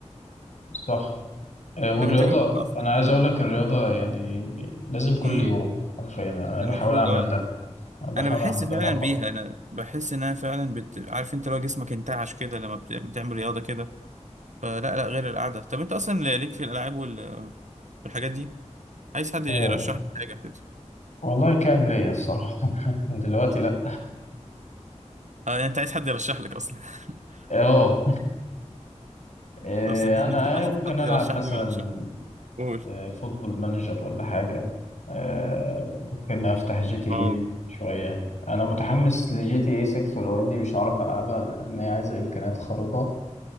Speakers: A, on the left; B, on the right.
A: صح آه، والرياضة
B: طب انت ايه رأيك اصلا
A: أنا عايز
B: آه،
A: أقول لك الرياضة يعني لازم كل
B: امم
A: يوم حرفيا أنا بحاول
B: المفروض
A: أعمل
B: اه
A: ده أنا بحاول
B: انا بحس
A: أعمل
B: فعلا
A: ده مؤخرا
B: بيها انا بحس انها فعلا بت... عارف انت لو جسمك انتعش كده لما بت... بتعمل رياضه كده فلا لا غير القعده طب انت اصلا ليك في الالعاب وال... والحاجات دي عايز حد يرشح
A: آه،
B: لك حاجه كده
A: والله كان ليا الصراحة <laughs> دلوقتي لأ
B: اه يعني انت عايز حد يرشح لك اصلا <laughs>
A: أه آه،
B: طب صدقني
A: أنا
B: مش هبقى
A: آه،
B: اشوف
A: ممكن
B: حد
A: ألعب
B: يرشح
A: مثلا
B: لي ويرشح لي قول
A: آه، فوتبول مانجر ولا حاجة آه، ممكن أفتح جي تي إيه
B: اه
A: شوية أنا متحمس لجي تي إيه 6 ولو إني مش هعرف ألعبها لأن هي عايزة إمكانيات خارقة